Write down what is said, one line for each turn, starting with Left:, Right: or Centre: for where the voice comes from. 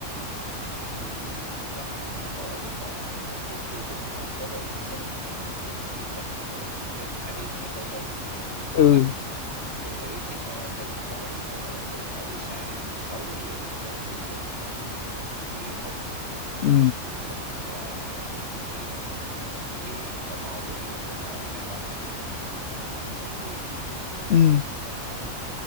Right: tôi chắc cũng không mở dám mở tôi cũng tôi cũng không có đủ sức mình kiểu như trực để trực hai mươi hai tư đâu thì
Left: ừ
Right: chắc tôi nghĩ chỉ mở cho tới tối cỡ tự mở từ sáng từ 6 giờ cho tới tối mười giờ 10 giờ thôi
Left: ừ
Right: thì cũng định là ví dụ như cái tại cái ở ngoài tôi á, ở ngoài nhà ba má tôi á thì cũng có một khoảng sân vườn thì có thì
Left: ừ
Right: mình có thể